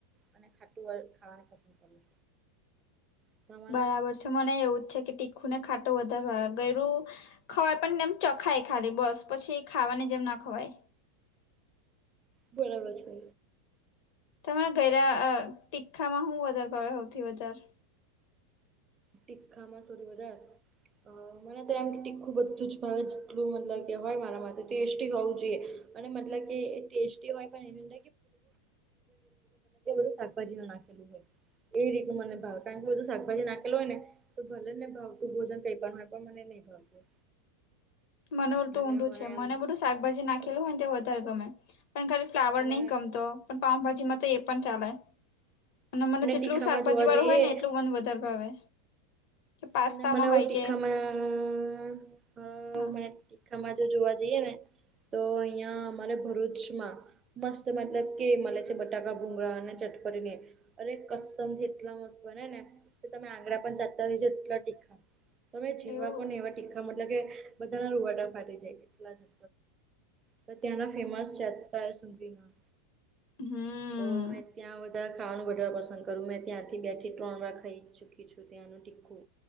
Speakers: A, on the right; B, on the left.
A: અને ખાટું ખાવાનું પસંદ કરું તમારે
B: બરાબર છે મને એવું જ છે કે તીખું ને ખાટું વધારે ગળ્યું ખવાય પણ તેમ ચખાય ખાલી બસ પછી ખાવાની જેમ ના ખવાય
A: બરાબર છે.
B: તમારા ગળ્યું તીખામાં શું વધારે ભાવે સૌથી વધારે
A: ટી્ખામાં સોધ વધાર અ મને તો એમ તીખું બધું જ ભાવે જેટલું મતલબ કે હોય મારામાં સ્ટી હોવું જોઈએ અને મતલબ કે સ્ટી હોય પણ <unintelligible> શાકભાજી નાખેલું હોય એ રીત મને ભાવ કારણ કે બધ શાકભાજી નાખ હોય ને તો ભલેને ભાવતું ભોજન કઈ પણય પણ મને નહી ભાવતું
B: મને તું
A: એટલે
B: ઊંડું છે મને
A: એમ
B: બધું શાકભાજી નાખેલું
A: બસ
B: હોય ને વધારે ગમે પણ ખાલી ફ્લાવર
A: અને
B: નહી કમતો પણ પાઉભાજીમાં તો એ પણ ચાલે અને મને જેટલું
A: તીખામાં
B: શાકભાજી
A: જોવા
B: વાળું
A: જઈએ
B: હોય ને એટલું મંધ વધારે ભાવે કે પાસ્તામાં
A: મને આવું
B: હોય
A: તીખામાં
B: કે
A: <unintelligible>
B: હા
A: મને તીખામાં જો જોવા જઈએ ને તો અહિયાં અમારે ભરૂચમાં મસ્ત મતલબ કે મળે છે બટાકા ભુંગળા અને ચટપડીને અરે કસ એટલા મસ બને ને તમે આંગણા પણ ચાલતા રજો <unintelligible> ટીખા તમે જીવવાકોને
B: એવું
A: તીખા મતલબ કે બધા ના રોવાટા ફાટી જાય એટલા જ તો ત્યાંના ફેમસ છે અતાર સુધીના
B: હમ
A: તોમે ત્યાં વધારે ખાવાનું બર પસંદ કરું મેં ત્યાંથી બે થી ત્રણ વાર ખાઈ ચૂકી છું ત્યાંનું ટીખું